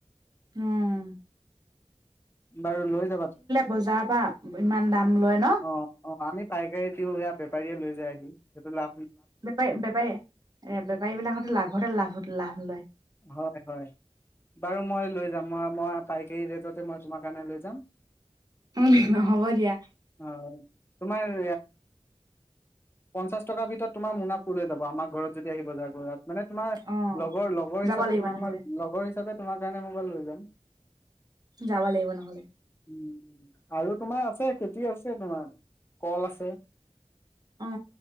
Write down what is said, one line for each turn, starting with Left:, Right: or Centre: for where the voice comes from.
Right: হম।
Left: বাৰু লৈ যাবা।
Right: বজাৰৰ পৰা ইমান দাম লয় ন?
Left: অ', অ', আমি পাইকাৰী দিওঁ সেয়া, <unintelligible> <unintelligible> লৈ যায়হি। সেইটো লা
Right: বেপা-বেপাৰী এ, বেপাৰী বিলাকহঁতে, লাভতে লাভ-লাভ লয়।
Left: হয়, হয়। বাৰু মই লৈ যাম। মই-মই পাইকাৰী ৰেটতে, মই তোমাৰ কাৰণে লৈ যাম।
Right: উম, নহ'ব দিয়া।
Left: অ তোমাৰ, পঞ্চাশ টকাৰ ভিতৰত তোমাৰ মোনা ফোল যাব, আমাৰ ঘৰত যদি আহি বজাৰ কৰা। মানে, তোমাৰ
Right: অ'
Left: লগৰ লগ লগৰ
Right: যাব
Left: হিচাপে
Right: লাগিব
Left: তোমাক।
Right: নহ'লে
Left: মই লগৰ হিচাপে তোমাৰ কাৰণে মোবাইল লৈ যাম
Right: যাব লাগিব, নহ'লে
Left: উম, আৰু তোমাৰ আছে। খেতি আছে, তোমাৰ কল আছে
Right: অ'।